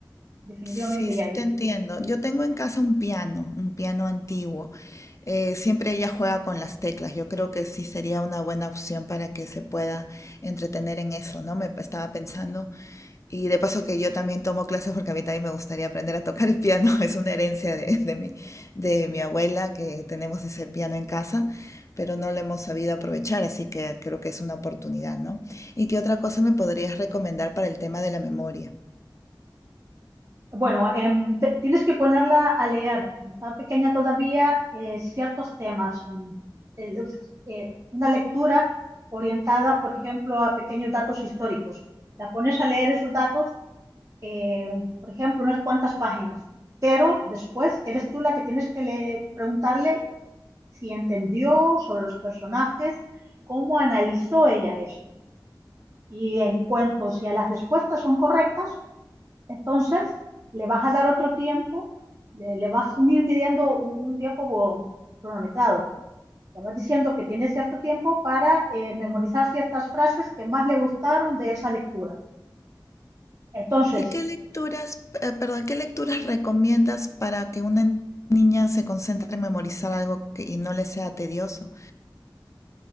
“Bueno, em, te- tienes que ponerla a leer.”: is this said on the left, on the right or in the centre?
Right